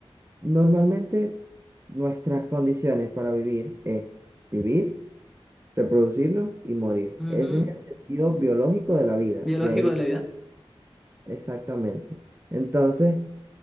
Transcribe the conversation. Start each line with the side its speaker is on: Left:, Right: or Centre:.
Right: Normalmente nuestras condiciones para vivir es vivir reproducirnos y morir.
Centre: ujú.
Right: Ese es el sentido biológico de la vida,
Centre: Biológico
Right: de ahí
Centre: de la vida.
Right: exactamente. Entonces,